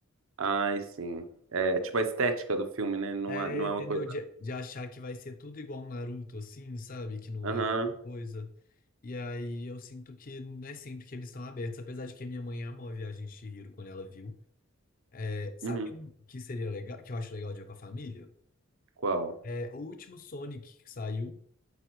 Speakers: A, on the right (about 70°); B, on the left (about 40°).
A: Ai, sim. É, tipo a estética do filme, né? Não
B: É,
A: é, não é
B: entendeu?
A: uma coisa.
B: De, de achar que vai ser tudo igual um Naruto, assim, sabe? Que não
A: Aham.
B: é coisa. E aí eu sinto que não é sempre que eles estão abertos. Apesar de que minha mãe amou a Viagem de Chihiro quando ela viu. É, sabe
A: Uhum.
B: um que seria legal, que eu acho legal de ir com a família?
A: Qual?
B: É o último Sonic que saiu.